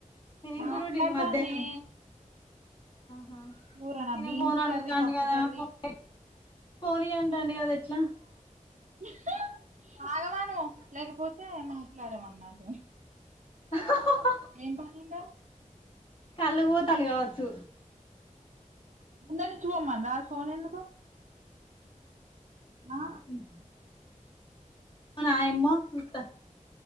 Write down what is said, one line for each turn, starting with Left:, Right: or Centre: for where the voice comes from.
Left: ఏం
Right: మాట్లాడతాన్నే
Left: కూర వండింది మధ్యాహ్నం హ అ
Right: కూరనా
Left: తినకి
Right: బీన్స్
Left: ఫోన్ ఆడుగుతాంది
Right: కర్రీ పప్పు
Left: గద
Right: కర్రీ
Left: ఫో ఏ పోనీ అంటండి కదా ఎట్లా
Right: నహ్ ఆగవను లేకపోతే మాట్లాడము అన్నాడు
Left: అహ్హ్
Right: ఏం పనిందా?
Left: కళ్ళు పోతలు కావచ్చు
Right: ఉన్నది ఇచ్చి పోమ్మనరా ఫోన్ ఎందుకు? ఆ
Left: ఉహు నాయమ్మో సూత